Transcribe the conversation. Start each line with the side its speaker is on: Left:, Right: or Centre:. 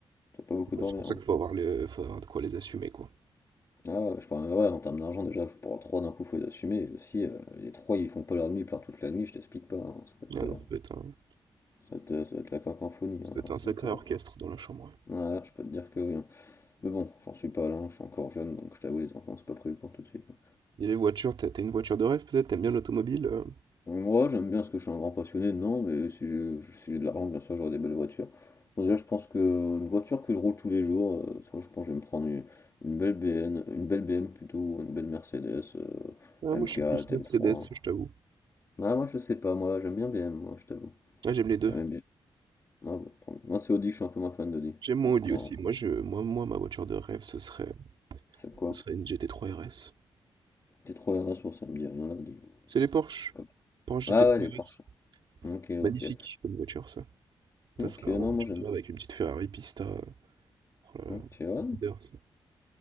Left: dois pas beaucoup
Right: Ouais,
Left: dormir.
Right: C'est pour ça
Left: hein.
Right: qu'il faut avoir le... faut avoir de quoi les assumer, quoi.
Left: Ah, ouais, je parle, même ouais, en termes d'argent, déjà, faut- pour trois d'un coup, faut les assumer. Et aussi, euh, les trois, ils font pas leur nuit, ils pleurent toute la nuit, je t'explique pas. hein. Ça va être,
Right: Ah
Left: euh,
Right: non, ça doit être un...
Left: ça va être, euh, ça va être la cacomphonie.
Right: ça
Left: hein.
Right: doit être un
Left: Ça
Right: sacré
Left: va être.
Right: orchestre dans la chambre. ouais.
Left: euh, ouais, je peux te dire que oui. hein. Mais bon, j'en suis pas là, hein. je suis encore jeune, donc je t'avoue, les enfants, c'est pas prévu pour tout de suite. hein.
Right: Et les voitures, t'as t'as une voiture de rêve peut-être? T'aimes bien l'automobile? euh
Left: Moi, j'aime bien parce que je suis un grand passionné, non, mais si j'ai si j'ai de l'argent, bien sûr, j'aurai des belles voitures. Bon, déjà, je pense que une voiture que je roule tous les jours, euh, soit je pense que je vais me prendre une, une belle BN, une belle BM plutôt, une belle Mercedes, euh,
Right: Ah,
Left: M4,
Right: moi je suis plus Mercedes,
Left: M3.
Right: je t'avoue.
Left: Ah, moi, je sais pas, moi, j'aime bien BM, moi, je t'avoue.
Right: Ah, j'aime les deux.
Left: J'aime bien. Ah, bah, tant mieux. moi, c'est Audi, je suis un peu moins fan d'Audi.
Right: J'aime mon
Left: En tout
Right: Audi
Left: cas,
Right: aussi.
Left: entre-
Right: Moi, je, moi, moi, ma voiture de rêve, ce serait,
Left: c'est quoi?
Right: ce serait une GT3 RS.
Left: T3 RS, pour ça me dit rien là, dis-vous.
Right: C'est les Porsche.
Left: Comme-
Right: Porsche
Left: Ah,
Right: GT3
Left: ouais, elle
Right: RS.
Left: est parfaite. Ok, ok.
Right: Magnifique comme voiture, ça.
Left: Ok,
Right: Ça serait vraiment
Left: non,
Right: une voiture
Left: moi, j'aime.
Right: de rêve avec une petite Ferrari Pista. Oh là
Left: Ok,
Right: là,
Left: ouais,
Right: j'adore ça.